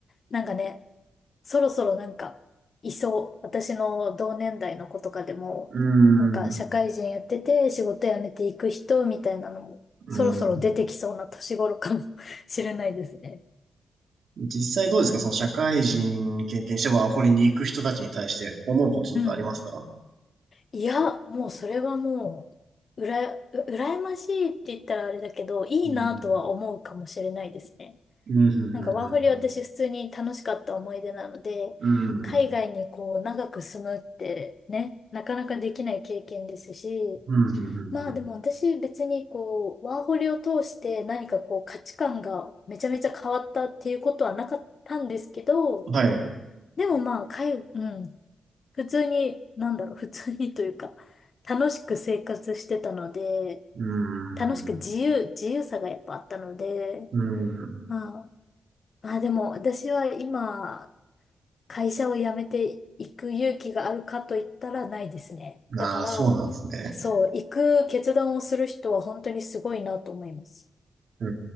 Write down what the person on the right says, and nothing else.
うん。
うん。
実際どうですかその社会人経験してワーホリに行く人たちに対して思うこととかありますか
うん。うん、うん、
うん、
うん。
うん、うん、うん、うん。
ん
ふんはい。
うん。
う
ん。
ああ、そうなんですね。
う